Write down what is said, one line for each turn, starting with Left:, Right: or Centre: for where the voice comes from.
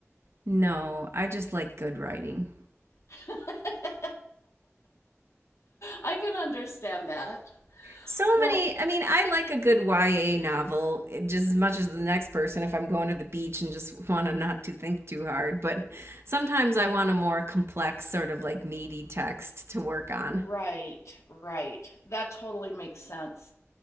Right: No, I just like good writing.
Left: <laughs> I can understand that.
Right: So
Left: Well,
Right: many, I mean, I like a good YA novel eh, just as much as the next person if I'm going to the beach and just <laughs> want to not to think too hard, but sometimes I want a more complex sort of like meaty text to work on.
Left: Right, right. That totally makes sense.